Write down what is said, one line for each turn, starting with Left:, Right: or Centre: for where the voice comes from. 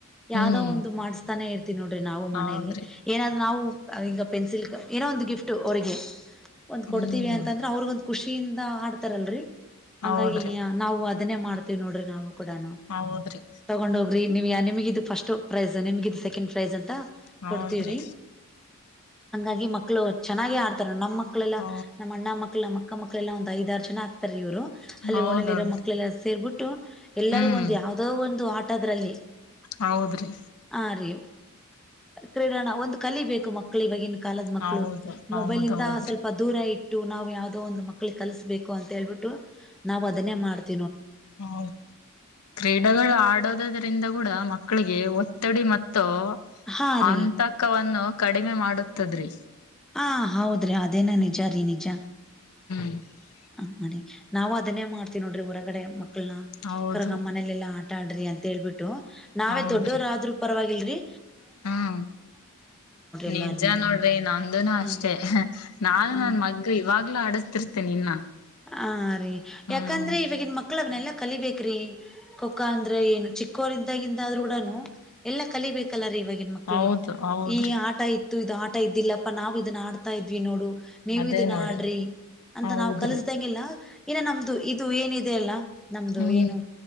Left: ಹ್ಮ್
Centre: ಯಾವ್ದೋ ಒಂದು. ಅನ್ನಸ್ತಾನೆ. ನೋಡ್ರಿ ನಾವು
Left: ಹೌದ್ರಿ
Centre: ಮನೆಯಲ್ಲಿ ಏನಾದ್ರೂ ನಾವು. ಈಗ ಪನ್ಸಿ ಲ್ ಏನೋ ಒಂದು ಗಿಫ್ಟ್ ಅವರಿಗೆ. ಒಂದ್
Left: ಹ್ಮ್
Centre: ಕೊಡ್ತೀವಿ ಅಂತಂದ್ರ ಅವ್ರಗ ಒಂದ್ ಖುಷಿಯಿಂದ ಆಡ್ತಾರಲ್ರರಿ ಹಂಗಾಗಿ
Left: ಹೌದ್ರಿ
Centre: ನಾವು ಅದ- ಅದನ್ನೇ ಮಾಡ್ತೀವಿ ನೋಡ್ರಿ ನಾವು. ಕೂಡಾನ
Left: ಹೌದ್ರಿ
Centre: ತಗೊಂಡ ಹೋಗ್ರಿ. ನೀವು ಯ ನಿಮಗಿದು ಫಸ್ಟು- ಪ್ರೈಸು ನಿಮಗದು ಸೆಕೆಂಡ್ ಪ್ರೈಜ್ ಅಂತ-
Left: ಹೌದ್ರಿ
Centre: ಕೊಡ್ತೀವ್ರಿ ಹಂಗಾಗಿ ಮಕ್ಕಳು ಚೆನ್ನಾಗಿ ಆಡ್ತಾರ ನಮ್ಮ ಮಕ್ಳೆಲ್ಲಾ
Left: ಹ
Centre: ನಮ್ಮ ಅಣ್ಣ ಮಕ್ಕಳ ಮಕ್ಕಳ ನಮ್ಮ ಅಕ್ಕನ ಮಕ್ಕಳ ಎಲ್ಲ ಐದಾರ ಜನ ಆಗ್ತಾರೆ ಇವರು. ಅಲ್ಲಿ
Left: ಹೌದೌದ್ರಿ
Centre: ಹೋಣಿಯಲ್ಲಿರೋ ಮಕ್ಕಳೆಲ್ಲ ಸೇರ್ಬಿಟ್ಟು ಎಲ್ಲರಿಗ
Left: ಹ್ಮ್
Centre: ಒಂದು ಯಾವದೋ ಒಂದು ಆಟ. ಟ್ಟದರಲ್ಲಿ
Left: ಹೌದ್ರಿ
Centre: ಹ ಅರಿ ಕ್ರೀಡ ಈಡಣ ಒಂದು. ಕಲಿಬೇಕು ಮಕ್ಕಳ ಇವಾಗಿನ. ಈ ಕಾಲದ ಮಕ್ಕಳು
Left: ಹೌದು ಹೌದೌದ್ರಿ
Centre: ಮೊಬೈಲ್ ಇಂದ ಸ್ವಲ್ಪ ದೂರ ಇಟ್. ನಾವು ಯಾವವುದೋ ಒಂದು ಮಕ್ಕಳಿಗೆ ಕಲಸ್ಬೇಕು ಅಂತ ಹೇಳ್ಬಿಟ್ಟು ನಾವ್ ಅದನ್ನೇ ಮಾಡ್ತ-
Left: ಹ ಕ್ರೀಡೆಗಳು ಆಡೋದದ್ರಿಂದ ಕೂಡ ಮಕ್ಳು. ಮಕ್ಕಳಿಗೆ ಒತ್ತಡಿ ಮತ್ತು.
Centre: ಹಾ ರೀ
Left: ಅಂತಕವನ್ನು. ಕಡಿಮೆ ಮಾಡತದ್ರಿ
Centre: ಹಾ ಹೌದ್ರಿ ಅದೇನ ನಿಜ ರೀ ನಿಜ
Left: ಹ <unintelligible>
Centre: ಹ ನರಿ ನಾವವು ಅದನ್ನೇ ಮಾಡ್ತೀವಿ ನೋಡ್ರಿ ಹೊರಗಡೆ ಮ ಕ
Left: ಹೌದು
Centre: ಮನಲ್ಲ ಎಲ್ಲ ಆ ಆಟಡ್ರಿ ಅಂತ ಹೇಳ್ಬಿಟ್ಟು ನಾವೇ
Left: ಹೌದ್ರಿ
Centre: ದೊಡ್ಡವರ್ರರು ಪರವಾಗಿಲ್ಲ ರೀ
Left: ಹ್ಮ್
Centre: ಎಲ್ಲಾರ್ನು
Left: ನಿಜ ನೋಡ್ರಿ ನಂದುನು ಅಷ್ಟೇ
Centre: ಹ
Left: ನಾನು ನನ್
Centre: ಹ
Left: ಮಗ್ಗ ಇವಾಗ್ಲುೂ ಆಡಿಸತಿನಿ ಇನ್ನ <unintelligible>
Centre: ಹ ರಿ
Left: ಹ್ಮ್
Centre: ಯಾಕಂದ್ರೆ ಇವಾಗಿನ್ ಮಕ್ಳ ಅವನೆಲ್ಲಾ ಕಲಿಬೇಕ್ರಿ ಖೋಖಾ ಅಂದ್ರೆ ಏನು ಚಿಕ್ಕ ಚಿಕ್ಕೋರಿದಾಗಿಂದ ಆದ್ರೂನು <unintelligible> ಎಲ್ಲ ಕಲಿಬೇಕಲ್ಲರಿ ಇವಾಗಿನ ಮಕ್ಳು
Left: ಹೌದು ಹೌದ್ರಿ
Centre: ಈ ಆಟ ಇತ್ತು ಇದು ಆಟ ಇದ್ದಿಲ್ಲಪ್ಪಾ ನಾವು ಇದನ್ನ ಆಡ್ತಾ ಇದ್ವಿ ನೋಡು ನೀವು
Left: ಅದೇ
Centre: ಇದನ
Left: ನೋಡ್ರಿ
Centre: ಆಡ್ರಿ ಅಂತ
Left: ಹೌದ್ರಿ
Centre: ನಾವು ಲ್ಲ ಇನ್ನ ನಮ್ದು ಇದು ಏನಿದೆ ಅಲ್ಲ ನಮ್ದು
Left: ಹ್ಮ್
Centre: ಏನು